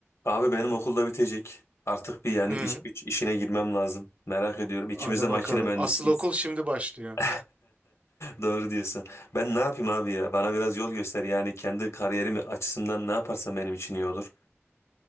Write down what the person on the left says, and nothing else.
Abi benim okulda bitecek. Artık bir yani
iş güç işine girmem lazım. Merak ediyorum. İkimiz
de makine
mühendisiyiz.
<laughs> Doğru diyorsun. Ben ne yapayım abi ya? Bana biraz yol göster. Yani kendi kariyerim açısından ne yaparsam benim için iyi olur.